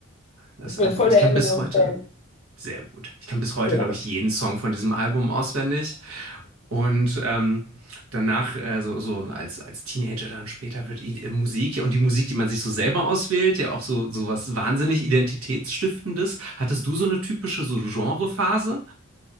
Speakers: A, on the right; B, on the left.
A: das
B: ich bin
A: Album.
B: voll
A: Ich
B: der
A: kann
B: Eminem-Fan.
A: bis heute sehr gut. Ich kann bis heute,
B: Ja.
A: glaube ich, jeden Song von diesem Album auswendig. Und ähm, danach, äh, so, so als, als Teenager dann später wird i- äh, Musik ja, und die Musik, die man sich so selber auswählt, ja auch so, so was wahnsinnig Identitätsstiftendes. Hattest du so eine typische so Genrephase?